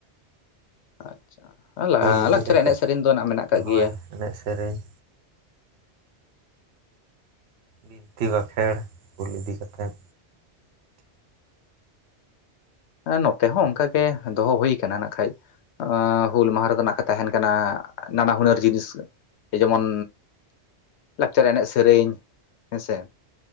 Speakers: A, on the left (about 75°); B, on the right (about 70°).
A: ᱟᱪᱪᱷᱟ
B: ᱦᱩᱞ ᱤᱫᱤ
A: ᱞᱟᱠᱪᱟᱨ
B: ᱠᱟᱛᱮᱫ
A: ᱮᱱᱮᱡ ᱥᱮᱨᱮᱧ ᱫᱚ ᱱᱟᱜ ᱢᱮᱱᱟᱜ ᱟᱠᱟᱜ
B: ᱦᱳᱭ
A: ᱜᱮᱭᱟ
B: ᱮᱱᱮᱡ ᱥᱮᱨᱮᱧ ᱵᱤᱱᱛᱤ ᱵᱟᱠᱷᱮᱸᱲ ᱦᱩᱞ ᱤᱫᱤ ᱠᱟᱛᱮᱫ
A: ᱱᱚᱛᱮ ᱦᱚᱸ ᱚᱱᱠᱟ ᱜᱮ ᱫᱚᱦᱚ ᱦᱩᱭ ᱟᱠᱟᱱᱟ ᱠᱷᱟᱡ ᱦᱩᱞ ᱢᱟᱦᱟ ᱨᱮᱫᱚ ᱱᱟᱜ ᱠᱚ ᱛᱟᱦᱮᱱ ᱠᱟᱱᱟ ᱱᱟᱱᱟ ᱦᱩᱱᱟᱹᱨ ᱡᱤᱱᱤᱥ ᱡᱮᱢᱚᱱ ᱞᱟᱠᱪᱟᱨ ᱮᱱᱮᱡ ᱥᱮᱨᱮᱧ ᱦᱮᱸᱥᱮ